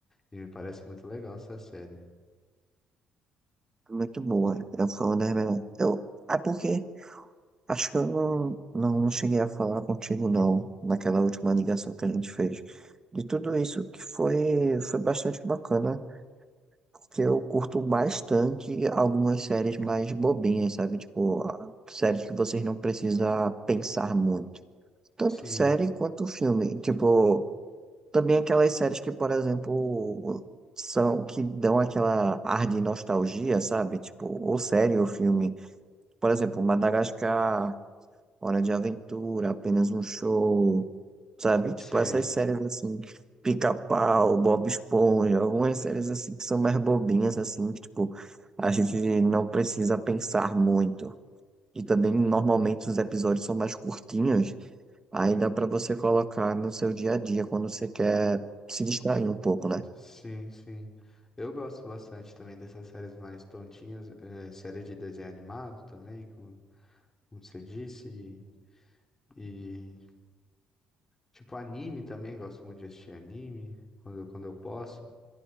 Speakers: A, on the left (about 15°); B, on the right (about 25°).
A: E me parece muito legal essa série.
B: muito boa. Eu, foi uma das melhores. Eu, é porque acho que eu não, não, não cheguei a falar contigo, não, naquela última ligação que a gente fez. De tudo isso que foi, foi bastante bacana, porque eu curto bastante algumas séries mais bobinhas, sabe? Tipo, a- séries que vocês não precisam pensar muito. Tanto
A: Sim.
B: série quanto filme. Tipo, Também aquelas séries que, por exemplo, são que dão aquela ar de nostalgia, sabe? Tipo, ou série ou filme. Por exemplo, Madagascar, Hora de Aventura, Apenas um Show, sabe? Tipo,
A: Sim.
B: essas séries assim, Pica-Pau, Bob Esponja, algumas séries assim que são mais bobinhas, assim, que tipo, a gente não precisa pensar muito. E também, normalmente, os episódios são mais curtinhos. Aí dá pra você colocar no seu dia a dia quando você quer se distrair um pouco, né?
A: Sim, sim. Eu gosto bastante também dessas séries mais tontinhas, eh, série de desenho animado também, como, como você disse, e, e, tipo anime também, gosto muito de assistir anime quando, quando eu posso.